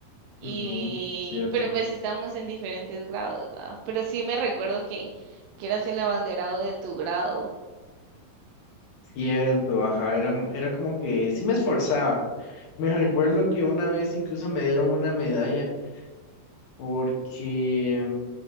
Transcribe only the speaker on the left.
ujú, cierto.
Cierto, ajá, era, era como que sí me esforzaba. Me recuerdo que una vez incluso me dieron una medalla. porque mm,